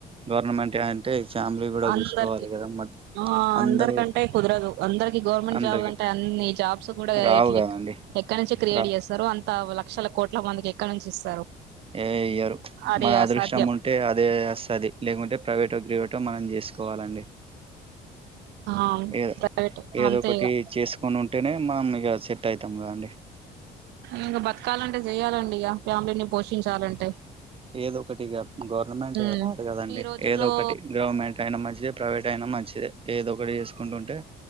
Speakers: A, on the right (about 35°); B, on the right (about 85°).
A: గవర్నమెంట్ అంటే ఫ్యామిలీ కూడా
B: అందరికి
A: చూసుకోవాలి కదా మ
B: ఆ
A: అందరూ
B: అందరికంటే కుదరదు అందరికి గవర్నమెంట్
A: అందరికి
B: జాబ్ అంటే అన్ని జాబ్స్ కూడా
A: రావు కదండి
B: ఎక్కడ నుంచే క్రియేట్
A: రా
B: చేస్తారు అంతా లక్షల కోట్ల మందికి ఎక్కడ నుంచి ఇస్తారు.
A: ఏ అయ్యరు
B: అది
A: మ అదృష్టం
B: అసాధ్యం
A: ఉంట టే అదే అస్తది లేకుంటే ప్రైవేట్, గ్రవేట్ మనం చేసుకోవాలండి.
B: ఆ
A: ఏ
B: ప్రైవేట్
A: ఏద
B: అంతే
A: ఒకటి
B: ఇగ
A: చేసుకొని ఉంటేనే మామీగా సెట్ అవుతాం కద అండి.
B: ఇంకా బతకాలంటే చెయాలండి ఇగ ఫ్యామిలీని పోషించాలంటే?
A: ఏదొ ఒకటిగా గవర్నమెంట్
B: ఉమ్
A: రాదు కదండి
B: ఈ రోజుల్లో
A: ఏదో ఒకటి గవర్నమెంట్ అయిన మధ్య ప్రైవేట్ అయినా మంచిదే ఏదో ఒకటి చేసుకుంటుంటే